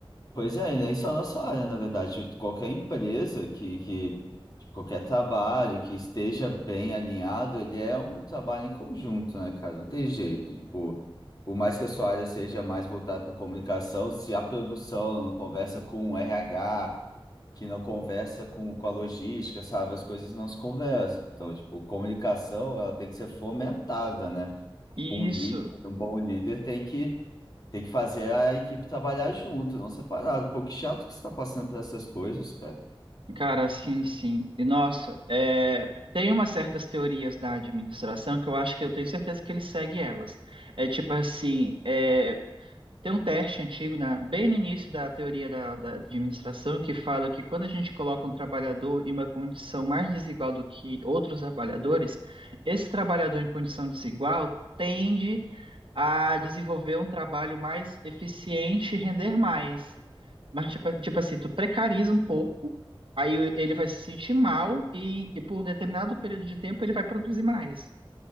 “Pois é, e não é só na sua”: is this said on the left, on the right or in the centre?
Left